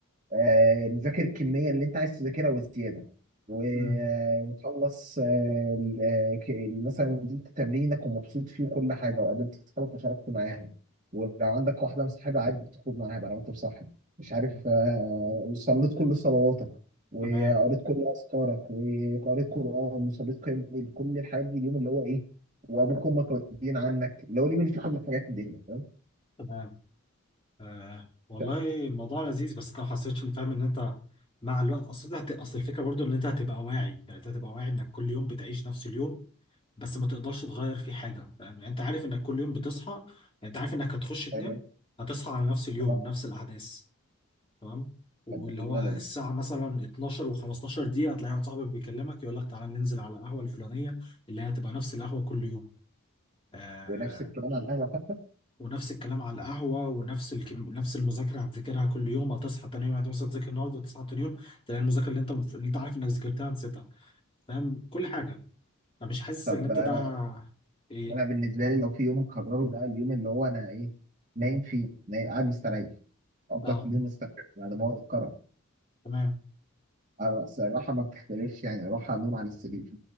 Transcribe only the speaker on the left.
مم.
مم.
تمام
تمام آه والله
الموضوع لذيذ بس انت ما حسيتش ان فاهم ان انت مع الوقت اصل ده هت- اصل الفكره برضو ان انت هتبقى واعي يعني انت هتبقى واعي انك كل يوم بتعيش نفس اليوم بس ما تقدرش تغير فيه حاجة فاهم يعني انت عارف انك كل يوم بتصحى يعني انت عارف انك هتخش تنام
هتصحى على نفس اليوم
ونفس الأحداث تمام واللي
هو الساعة مثلا 12 و15 دقيقة هتلاقي واحد صاحبك بيكلمك يقول لك تعالى ننزل على القهوة الفلانية اللي هي هتبقى نفس القهوة كل يوم آه
ونفس الكلام على القهوة ونفس الكم... نفس المذاكرة هتذاكرها كل يوم هتصحى تاني يوم هتصحى تذاكر النهاردة وتصحى تاني يوم تلاقي المذاكرة اللي انت اللي انت عارف انك ذاكرتها نسيتها فاهم كل حاجة فمش حاسس
ان انت
ده ايه
اه
تمام